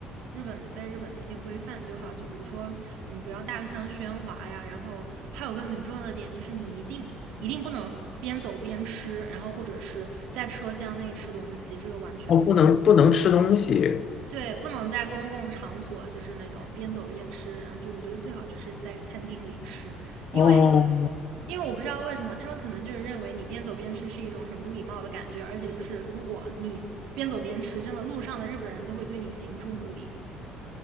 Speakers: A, on the right; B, on the left.
A: 日本在日本的一些规范就好。就比如说，你不要大声喧哗呀。然后还有个很重要的点就是，你一定一定不能边走边吃，然后或者是在车厢内吃东西，这个完全不行。
B: 哦，不能不能吃东西
A: 对，不能在公共场所就是那种边走边吃，然后就我觉得最好就是在餐厅里吃，因为
B: 哦，
A: 因为我不知道为什么，他们可能就是认为你边走边吃是一种很不礼貌的感觉，而且就是如果你边走边吃，真的路上的日本人都会对你行注目礼。